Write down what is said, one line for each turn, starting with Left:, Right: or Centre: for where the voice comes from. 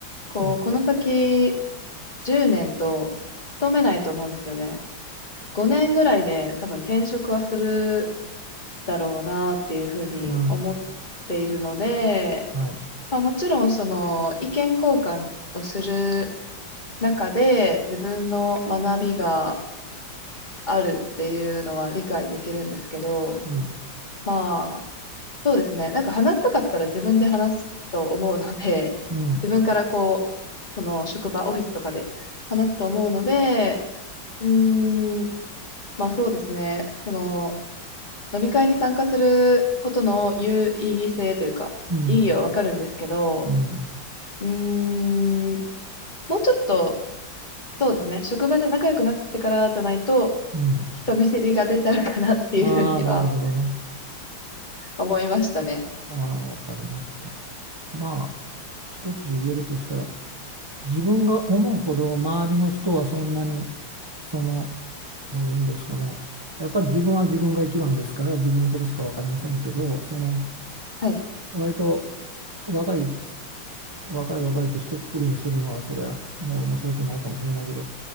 Left: こう、
Right: うん、
Left: この先、10年と勤めないと思うんですよね。5年ぐらいで多分転職はするだろうなっていうふうに思っているので、
Right: うん、はい。
Left: まあ、もちろんその意見交換をする中で自分の学びがあるっていうのは理解できるんですけど、
Right: うん、
Left: まあそうですね。なんか話したかったら自分で話すと思うので、
Right: うん、
Left: 自分からこう、その職場、オフィスとかで話すと思うので、うーん、まあそうですね。その飲み会に参加することの有意義性というか、
Right: うん、
Left: 意義はわかるんですけど、
Right: うん、
Left: うーん、もうちょっとそうですね。職場で仲良くなってからじゃないと、
Right: うん。
Left: 人見知りが出ちゃうかなっていうふうには
Right: ああ、なるほどね。
Left: 思いましたね。
Right: ああ、わかりました。まあ、一つ言えるとしたら、自分が思うほど周りの人はそんなにそのどういうんですかねやっぱり自分は自分が一番ですから自分のことしか分かりませんけどその
Left: はい。
Right: 割と若い若い若いって一括りにするのはそれはね面白くないかもしれないけど